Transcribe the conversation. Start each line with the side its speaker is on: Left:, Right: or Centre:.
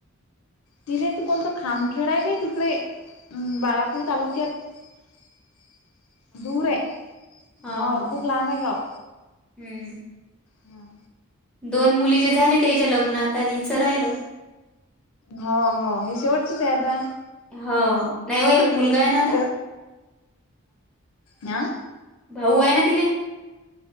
Left: तिले इथं कोणतं खामखेड आहे ना तिकडे बाळापूर तालुक्यात. <inaudible> दूर आहे
Centre: हा
Left: हो
Centre: हा
Left: खूप लांब आहे गावं.
Centre: हम्म
Left: हा.
Centre: दोन मुली चे झाले त्याच्या लग्न आता हिचं राहिलं.
Left: हो, हो. ही शेवटचीच आहे आता.
Centre: हो. नाही ओ एक मुलगा
Left: हम्
Centre: आहे ना आता.
Left: आ?
Centre: भाऊ आहे ना तिले.